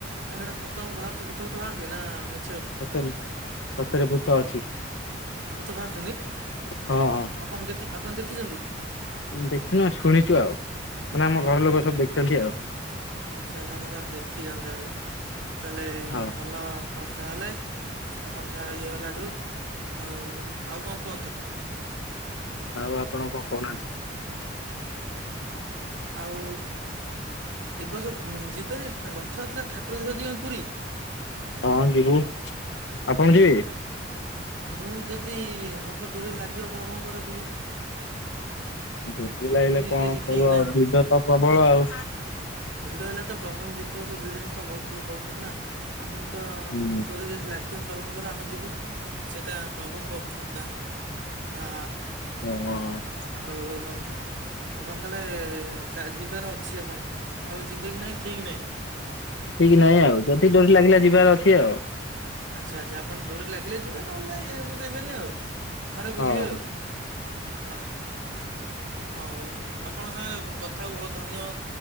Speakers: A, on the right; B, on the left.
A: ନା ସେଇଟା ସତ କଣ ବାହାରୁଛି ଭୂତ-ଭୂତ ବାହାରୁଛି ନା ମି?
B: ସତରେ, ସତରେ ଭୂତ ଅଛି।
A: ଭୂତ ବାହାରୁଛନ୍ତି,
B: ହଁ ହଁ
A: ଆପଣ ଦେଖି-ଆପଣ ଦେଖିଛନ୍ତି?
B: ଦେଖିନୁ ଶୁଣିଛୁ ଆଉ, ମାନେ ଆମ ଘର ଲୋକ ସବୁ ଦେଖିଛନ୍ତି ଆଉ।
A: ଆଚ୍ଛା-ଆଛା ଆପଣ ଦେଖିଛନ୍ତି ତାହେଲେ-ତାହେଲେ
B: ହଁ
A: ଭଲ ଆଉ। କଥା ହେଲେ, ଆପଣ ସାଙ୍ଗରେ ଇଏ ଗଲାଠୁ ଆଉ-ଆଉ କଣ କୁହନ୍ତୁ?
B: ଆଉ, ଆପଣ କଣ କହୁନାହାନ୍ତି?
A: ଆଉ ଏ ବସ ଯିବେନି? ରଥଯାତ୍ରା ଠାକୁର ଦେଖିବାକୁ ଯିବେନି ପୁରୀ।
B: ହଁ ଯିବୁ ଆପଣ ଯିବେ କି?
A: ମୁଁ ଯଦି ହବ ଡୋରି ଲାଗିବ ପ୍ରଭୁଙ୍କର ଯିବି।
B: ଦୋଡ଼ି
A: ସେମିତି
B: ଲାଗଲେ କଣ
A: କିଛି
B: ହବ
A: ଠିକ
B: ଆଉ
A: ନାହିଁ
B: ଭିଡ଼ ତ ପ୍ରବଳ ଆଉ।
A: ଭିଡ ହେଲା ତ ପ୍ରଭୁଙ୍କୁ ଦେଖିବାକୁ ସେ ଭିଡରେ ତ ବହୁତ ଲୋକ ହଉଛନ୍ତି ନା। ଆମକୁ ତ,
B: ହୁଁ
A: ଆମକୁ
B: ହୁଁ
A: ଡୋରି ଯଦି ଲାଗିବ ପ୍ରଭୁଙ୍କର ଆମେ ଯିବୁ। ସେଇଟା ପ୍ରଭୁଙ୍କ କୃପା ଆ
B: ଓହୋ।
A: ଆଉ ଆପଣ ତାହେଲେ ଚା ଯିବାର ଅଛି ଆପଣ ଆଉ ଯିବେ କି ନାଇଁ ଠିକ ନାହିଁ।
B: ଠିକ ନାହିଁ ଆଉ ଯଦି ଡୋରି ଲାଗିଲା ଯିବାର ଅଛି ଆଉ।
A: ଆଚ୍ଛା-ଆଚ୍ଛା ଆପଣ ଡୋରି ଲାଗିଲେ ଯିବେ ନହେଲେ ନାଇଁ ଯିବେନି ଆଉ। ଘରେ ବୁଲିବେ
B: ହଁ ହଁ।
A: ଆଉ? ହଁ। ହଉ, ଆପଣଙ୍କ ସାଙ୍ଗରେ କଥାକୁ ବହୁ ଧନ୍ୟ